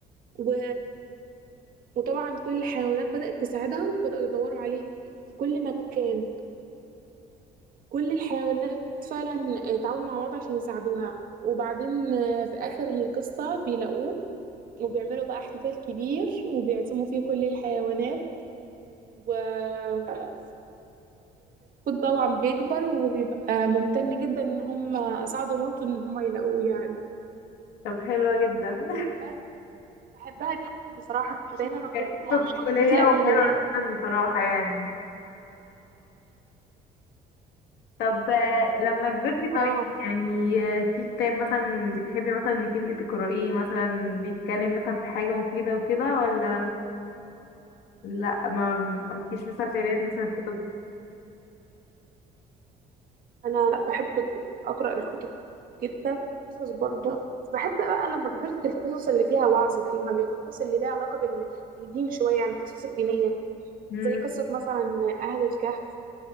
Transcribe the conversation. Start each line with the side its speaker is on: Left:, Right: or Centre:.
Right: و... وطبعا كل الحيوانات بدأت تساعدها وبدأوا يدوروا عليه في كل مكان كل الحيوانات فعلا تعاونوا مع بعض عشان يساعدوها وبعدين آه، في آخر القصة بيلاقوه وبيعملوا بقى احتفال كبير وبيعزموا فيه كل الحيوانات والكتكوت طبعا بيكبر وبيبقى ممتن جدا ان هم ساعدوا مامته ان هم يلاقوه يعني
Left: طب حلوة جدا
Right: بس بحبها جدا بصراحة كنت دايما
Left: <laughs>
Right: اطلبها
Left: كانت قصة
Right: من
Left: طفولية
Right: والدتي قبل
Left: وحلوة
Right: ما انام
Left: جدا بصراحة يعني طب آه، لما كبرتي طيب
Right: اه
Left: يعني آه، في كتاب مثلا بتحبي مثلا انك انتي تقرأيه مثلا بيتكلم مثلا في حاجة مفيدة وكده ولا لا ما مالكيش مثلا في قراية مثلا كتب
Right: انا لا بحب ك- اقرا الكتب جدا قصص برضه بس بحب بقى لما كبرت القصص اللي فيها وعظ دايما القصص اللي ليها علاقة بال- بالدين شوية يعني القصص الدينية
Left: مم.
Right: زي قصة مثلا أهل الكهف